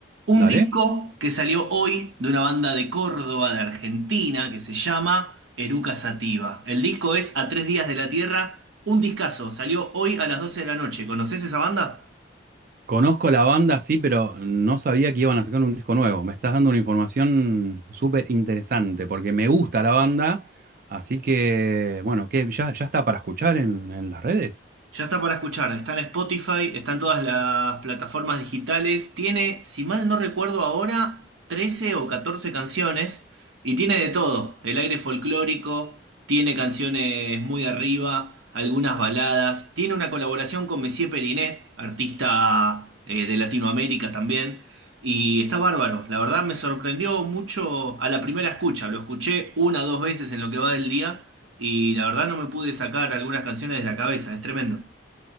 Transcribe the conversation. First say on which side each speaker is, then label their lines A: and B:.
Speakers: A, on the right; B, on the right.
A: Un
B: dale.
A: disco que salió hoy de una banda de Córdoba, de Argentina, que se llama Eruca Sativa. El disco es A Tres Días de la Tierra, un discazo. Salió hoy a las 12 de la noche. ¿Conoces esa banda?
B: Conozco la banda, sí, pero no sabía que iban a sacar un disco nuevo. Me estás dando una información súper interesante, porque me gusta la banda, así que, bueno, ¿qué? ¿Ya, ya está para escuchar en, en las redes?
A: Ya está para escuchar, está en Spotify, está en todas las plataformas digitales, tiene, si mal no recuerdo ahora, 13 o 14 canciones y tiene de todo, el aire folclórico, tiene canciones muy arriba, algunas baladas, tiene una colaboración con Messier Periné, artista eh, de Latinoamérica también, y está bárbaro, la verdad me sorprendió mucho a la primera escucha, lo escuché una o dos veces en lo que va del día. Y la verdad no me pude sacar algunas canciones de la cabeza, es tremendo.